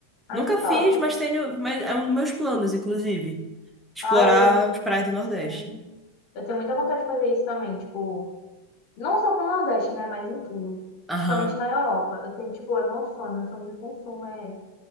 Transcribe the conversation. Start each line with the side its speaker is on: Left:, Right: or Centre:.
Centre: Nunca
Left: Ai, que
Centre: fiz,
Left: top.
Centre: mas tenho, mas é um dos meus planos, inclusive. Explorar
Left: Ah, eu tenho,
Centre: as praias do Nordeste.
Left: sim. Eu tenho muita vontade de fazer isso também, tipo, não só com o Nordeste, né? Mas em tudo.
Centre: Aham.
Left: Principalmente na Europa. Eu tenho, tipo, é meu sonho, meu sonho de consumo é,